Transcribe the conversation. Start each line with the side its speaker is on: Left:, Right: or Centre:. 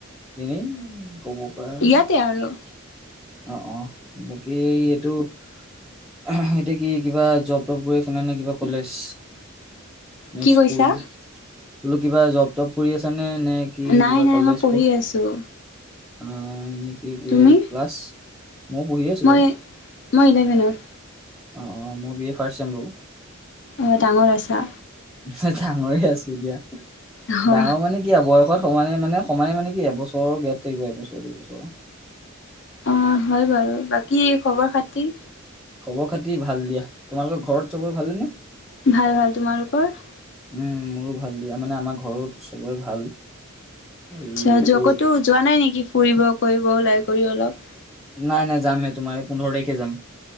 Centre: এনেই ক'ব পাৰা,
Left: ইয়াতে আৰু
Centre: ইয়াতেই আৰু। অ' অ', বাকী এই এইটো <unintelligible> এতিয়া কি কিবা জব টব কৰি আছানে নে কিবা কলেজ? নে
Left: কি
Centre: স্কুল?
Left: কৈছা
Centre: কি কৈছা? বোলো কিবা জব তব কৰি আছা নে নে কি,
Left: নাই
Centre: কিবা
Left: নাই
Centre: কলেজ
Left: মই পঢ়ি
Centre: পু
Left: আছোঁ
Centre: অ', এনেকি কি
Left: তুমি
Centre: ক্লাছ? মই পঢ়ি আছোঁ
Left: মই
Centre: বাৰু।
Left: মই ইলেভেনত।
Centre: অ' অ', মই বি এ ফাৰ্ষ্ট চেম বাৰু।
Left: অ', ডাঙৰ আছা।
Centre: <unintelligible> ডাঙৰে আছোঁ দিয়া,
Left: অ
Centre: ডাঙৰ মানে কিয় বয়সত সমানে মানে সমানে মানে কি এবছৰৰ গেপ থাকিব, এবছৰ দুবছৰৰ।
Left: অ' হয় বাৰু বাকী খবৰ খাতি?
Centre: খবৰ খাতি ভাল দিয়া, তোমালোকৰ ঘৰত চবৰে ভালে নে?
Left: ভাল ভাল তোমালোকৰ?
Centre: উম, মোৰো ভাল দিয়া, মানে আমাৰ ঘৰত চবৰে ভাল। এইটো
Left: আচ্ছা য কতো যোৱা নাই নেকি ফুৰিব কৰিব ওলাই কৰি অলপ?
Centre: নাই নাই যামহে তোমাৰ এই পোন্ধৰ তাৰিখে যাম।